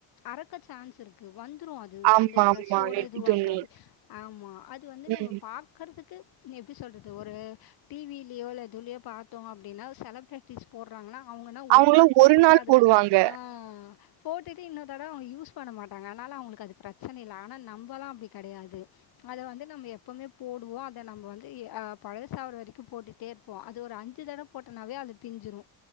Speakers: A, on the left (about 60°); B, on the right (about 75°).
A: அறக்க சான்ஸ் இரு க்கு வந்துரு அது
B: ஆமா
A: அந்த டிரஸ்ஸோட
B: ஆமா நெட்டு
A: இதுவாகாது
B: துணி
A: ஆமா அது வந்து நம்ம
B: ம்
A: பா பாக்கறதுக்கு எப்டி சொல்றது ஒரு டி விலியோ இல்லதுலயோ பாத்தோ அப்டின்னா செலப்ரே ட்டீஸ் போட்றாங்னா அவங்கனா ஒரு
B: அவங்களா
A: நாள் போட்டுட்டு
B: ஒரு நாள்
A: அதுக்கு
B: போடுவாங்க
A: ஆ போட்டுட்டு இன்னொ தடவ அவுங்க யூஸ் பண்ண மாட்டாங்க அதனால அவங்ளுக்கு அது பிரச்சன இல்ல ஆனா நம்பலா அப்டி கெடையாது அத வந்து நம்ம எப்பமே போடுவோ அத நம்ம வந்து ஆ பழசாவர வரைக்கு போட் ட்டேருப்போ அது ஒரு அஞ்சு தட போட்டனாவே அது பிஞ்சிரு